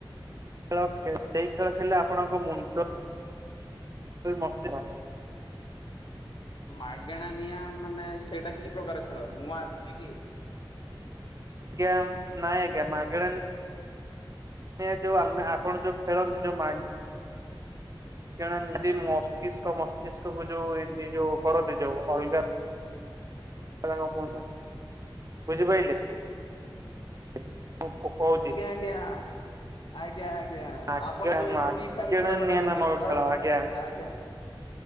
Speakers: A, on the right; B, on the left.
A: ଖେଳେ ସେଇ ଖେଳ ଖେଲେ ଆପଣଙ୍କ ମୁଣ୍ଡ ମସ୍ତି ର
B: ମାଗେଣା ନିଆଁ ମାନେ ସେଇଟା କି ପ୍ରକାର ଖେଳ ନୂଆ ଆସିଛି କି?
A: ଜ୍ଞା ନାଇଁଜ୍ଞା ମାଗଣା ଏ ଯୋଉ ଆପଣ ଯୋଉ ଫେଳନ୍ତି ଯଉ ମାଗ କଣ ଏ ମସ୍ତିଷ୍କ ମସ୍ତିଷ୍କ କୁ ଯୋଉ ଏ ଯୋଉ କରନ୍ତି ଯୋଉ ଅଲଗା <unintelligible> ବୁଝିପାରିଲେ ମୁ କହୁଛି।
B: ଜ୍ଞା। ଆଜ୍ଞା ଆଜ୍ଞା ଆପଣ
A: ମାଗେଣା
B: ଯୋଉ ଏଇ
A: ମାଗେଣା
B: ଫି ଫାର ଖେଳ କଥା
A: ନିଆଁ
B: କହୁଛନ୍ତି
A: ନାମକ
B: ତ
A: ଖେଳ ଆଜ୍ଞା
B: ଆଜ୍ଞା।